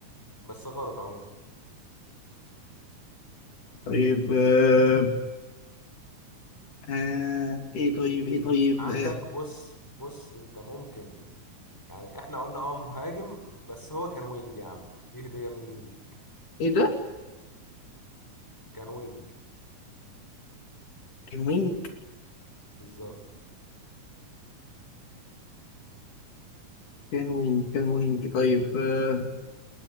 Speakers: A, in the centre; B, on the left (about 75°).
A: بس غلط عموما
B: طيب آه... آه... ايه طيب ايه طيب
A: عندك
B: آه...
A: بص بص انت ممكن يعني احنا قلنا اه مهاجم بس هو كان وينج يا عم دي هديه مني دي
B: ايه ده
A: كان وينج
B: كان وينج
A: بالظبط
B: كان وينج كان وينج طيب آه...